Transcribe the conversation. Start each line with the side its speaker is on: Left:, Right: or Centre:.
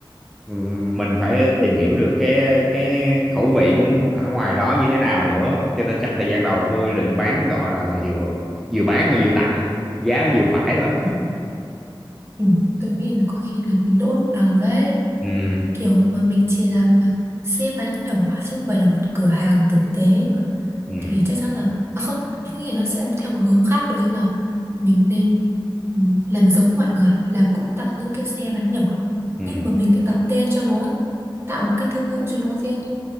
Centre: ừm, mình phải tìm hiểu được cái cái khẩu vị của ở ngoài đó như thế nào nữa cho nên chắc thời gian đầu tôi định bán gọi là vừa vừa bán mà vừa tặng giá vừa phải thôi
Right: Ừ. tôi nghĩ là có khi là mình lỗ lúc đầu đấy
Centre: Ừ.
Right: kiểu mà mình chỉ làm mà xe bán nhỏ chứ không phải là một cửa hàng tử tế mà
Centre: ừ,
Right: thì chắc chắn là à không tôi nghĩ là nó sẽ theo một hướng khác đó chính là mình nên ừ, làm giống mọi người làm cũng tạo những cái xe bán nhỏ
Centre: ừ,
Right: nhưng mà mình sẽ đặt tên cho nó tạo một cái thương hiệu cho nó riêng